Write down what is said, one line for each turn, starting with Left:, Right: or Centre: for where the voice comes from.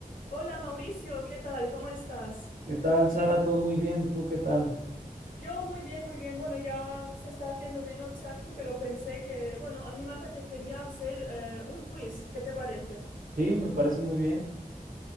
Left: Hola Mauricio, ¿qué tal? ¿Cómo estás?
Right: ¿Qué tal, Sara? ¿Todo muy bien? ¿Tú qué tal?
Left: Yo muy bien, muy bien. Bueno, ya se está haciendo de noche aquí, pero pensé que, bueno, a mí me apetecería hacer eh, un quiz. ¿Qué te parece?
Right: Sí, me parece muy bien.